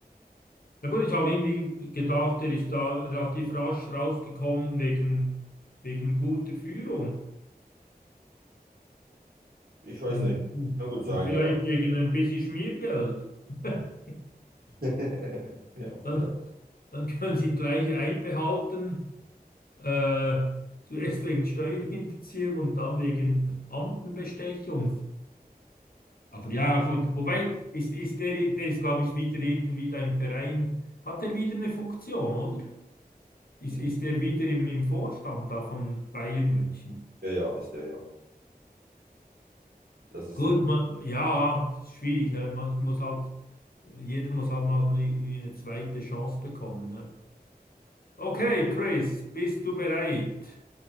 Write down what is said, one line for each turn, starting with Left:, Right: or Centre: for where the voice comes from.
Left: Na gut, ich habe irgendwie gedacht, der ist da relativ rasch rausgekommen wegen, wegen guter Führung.
Right: Ich weiß
Left: Und,
Right: nicht. Kann gut sein,
Left: und vielleicht
Right: ja.
Left: gegen ein bisschen Schmiergeld. <laughs>
Right: <laughs> Ja,
Left: Dann,
Right: vielleicht.
Left: dann können Sie ihn gleich einbehalten, äh, zuerst wegen Steuerhinterziehung und dann wegen Amtenbestechung. Aber ja, gut, wobei, ist, ist der, der ist, glaube ich, wieder irgendwie da im Verein. Hat er wieder eine Funktion, oder? Ist,
Right: Hm.
Left: ist er wieder im, im Vorstand da von Bayern München?
Right: Ja, ja, ist der, ja. Das ist
Left: Gut,
Right: er.
Left: man, ja, schwierig. hä? Man muss halt, jeder muss halt mal irgendwie eine zweite Chance bekommen. ne? Okay,
Right: Das st-
Left: Chris, bist du bereit?